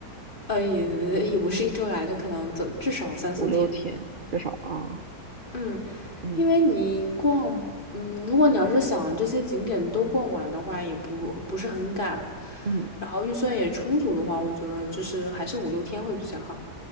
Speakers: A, on the left; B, on the right.
A: 呃，也也不是一周来，就可能怎至少三四天。
B: 五六天至少啊，
A: 嗯，
B: 嗯
A: 因为你逛，嗯，如果你要是想这些景点都逛完的话，也不不是很赶，
B: 嗯
A: 然后预算也充足的话，我觉得就是还是五六天会比较好。